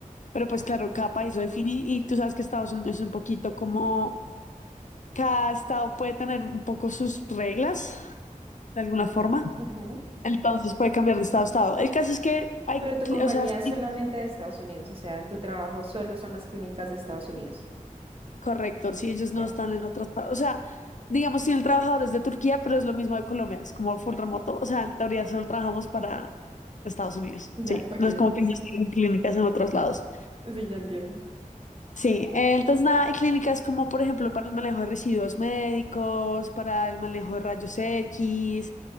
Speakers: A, on the left; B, on the right.
A: Pero pues claro,
B: Sí.
A: cada país lo define y tú sabes que Estados Unidos es un poquito como cada estado puede tener un poco sus reglas de alguna forma,
B: Ujú.
A: entonces puede cambiar de estado a estado. El caso es que hay,
B: Pero tu
A: cli-
B: compañía
A: o sea, sí
B: es solamente de Estados Unidos, o sea, en tu trabajo solo son las clínicas de Estados Unidos.
A: Correcto, si ellos no
B: Ya.
A: están en otras partes, o sea, digamos, si el trabajador es de Turquía, pero es lo mismo de Colombia, es como full remoto, o sea, en teoría solo trabajamos para Estados Unidos,
B: Ya,
A: sí,
B: ok,
A: no es como que ellos tienen clínicas en otros lados.
B: sí, ya entiendo.
A: Sí, eh, entonces nada, hay clínicas como por ejemplo para el manejo de residuos médicos, para el manejo de rayos X,